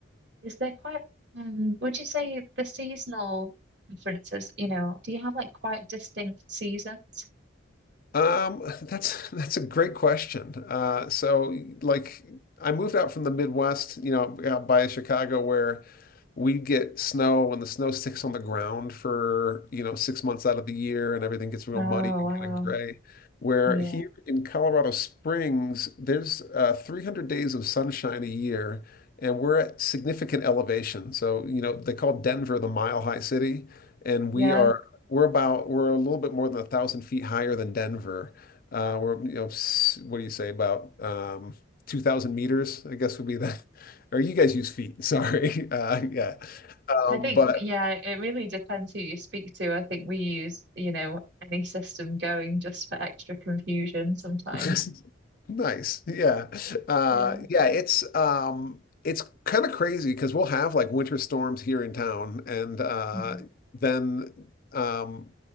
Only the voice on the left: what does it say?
Um, <laughs> that's that's a great question. Uh, so like I moved out from the Midwest, you know, out by Chicago where we get snow and the snow sticks on the ground for, you know, six months out of the year and everything gets real
muddy and
kind of gray. Where
here in Colorado Springs, there's uh, 300 days of sunshine a year and we're at significant elevation. So, you know, they call Denver the mile high city and
we are we're about we're a little bit more than a thousand feet higher than Denver. Uh, we're you know s- what do you say about um, two thousand meters? I guess would be that. <laughs> Or you guys use feet. Sorry. <laughs> Uh, yeah. Um,
but
<laughs> Nice. Yeah. Uh
yeah, it's um it's kind of crazy because we'll have like winter storms here in town and uh
then um